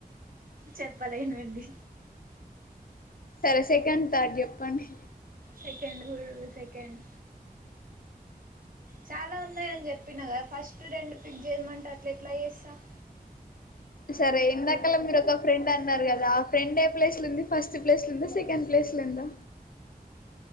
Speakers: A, on the right; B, on the left.
A: చెప్పలేనుండి
B: సరే సెకండ్ థర్డ్ చెప్పండి
A: సెకెడ్ హడు సెకెండ్ చాలా ఉన్నాయ అని చెప్పిన కదా ఫస్ట్ రెండు పిక్ చేయమంట అట్లా ఎట్లా చేస్తాను
B: సరే ఇందాకలా మీరు ఒక ఫ్రెండ్ అన్నారు కదా ఆ ఫ్రెండ్ ఏ ప్లేస్లు ఉంది ఫస్ట్ ప్లేస్లు ఉందా సెకండ్ ప్లేస్లు ఉందా